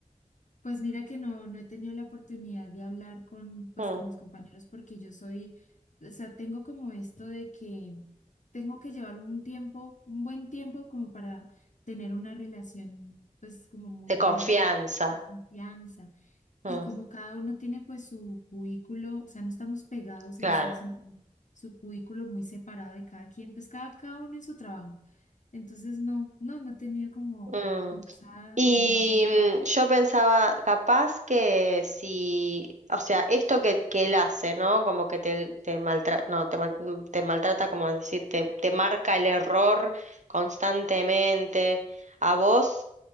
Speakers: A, on the left (about 60°); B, on the right (about 60°).
A: Pues mira que no, no he tenido la oportunidad de hablar con, pues,
B: mm,
A: con mis compañeros porque yo soy, o sea, tengo como esto de que tengo que llevar un tiempo, un buen tiempo como para tener una relación, pues como muy
B: de confianza,
A: ya de de confianza.
B: mm,
A: Y como cada uno tiene pues su cubículo, o sea, no estamos pegados
B: claro.
A: en sí, sino su cubículo muy separado de cada quien, pues cada, cada uno en su trabajo. Entonces no, no, no he tenido como,
B: Mm.
A: como esa
B: Y
A: confianza y oportunidad.
B: mm, yo pensaba, capaz que si, o sea, esto que, que él hace, ¿no? Como que te, te maltrata, no, te, mal- mm, te maltrata, como decir, te, te marca el error constantemente. ¿A vos